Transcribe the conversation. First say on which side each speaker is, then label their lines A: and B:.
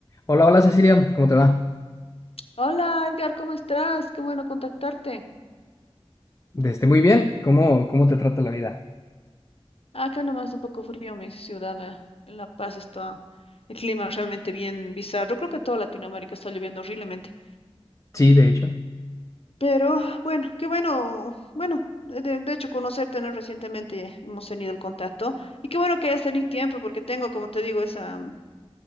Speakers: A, on the left (about 30°); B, on the left (about 70°).
A: Hola, hola Cecilia, ¿cómo te va?
B: Hola Edgar, ¿cómo estás? Qué bueno contactarte.
A: Desde muy bien, ¿cómo, cómo te trata la vida?
B: Acá nomás un poco frío mi ciudad. eh, En La Paz está el clima realmente bien bizarro. Creo que en toda Latinoamérica está lloviendo horriblemente.
A: Sí, de hecho.
B: Pero bueno, qué bueno. Bueno, eh, de, de hecho conocerte, ¿no? Recientemente hemos tenido el contacto. Y qué bueno que hayas tenido tiempo porque tengo, como te digo, esa,